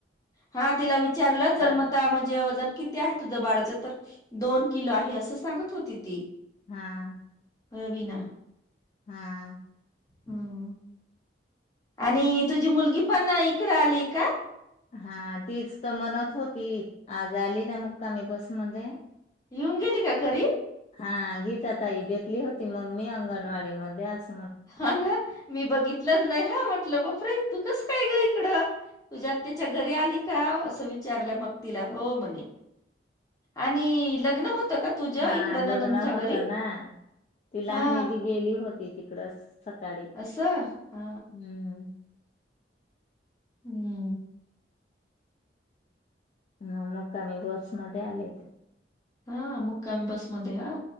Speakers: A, on the left (about 20°); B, on the left (about 40°).
A: हा तिला विचारलं जन्मता
B: का
A: म्हणजे वजन किती आहे तुझ्या बाळाच तर दोन किलो आहे असं सांगत होती ती
B: हा.
A: रवीना
B: हा
A: हम्म. आणि तुझी मुलगी पण इकडं आली का?
B: हा तीच तर म्हणत होती आज आली ना मुक्कामी बसमध्येध्ये
A: हिुंगेली का घरी.
B: हा गीता ताई भेतली होती मम्मी अंगणवाडी मध्ये अस.
A: हा ना मी बघितलंच नाही हा म्हटलं बाप रे तू कस काय ग इकडं तुझ्या. त्याच्या घरी आली का असं विचारलं मग तिला हो म्हणे. आणि लग्न होतं का? तुझ्या
B: हा
A: इकडं
B: लग्न
A: ननंदच्या
B: होतं
A: घरी
B: ना ती लहणी
A: हा
B: जी गेली होती तिकडचं सकाळी
A: असं हा
B: हम्म
A: हम्म.
B: म मग आम्ही बसमध्ये आले.
A: हा मुक्कामी बसमध्ये हा.